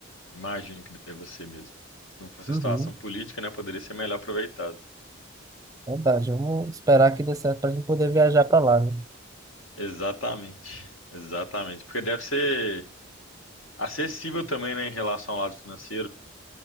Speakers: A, on the left (about 65°); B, on the right (about 15°).
A: Imagino que deva ser mesmo. Se não fosse
B: Uhum,
A: a situação política, né, poderia ser melhor aproveitado.
B: Verdade, vamos esperar que dê certo pra gente poder viajar pra lá, né?
A: Exatamente. Exatamente. Porque deve ser acessível também, né, em relação ao lado financeiro.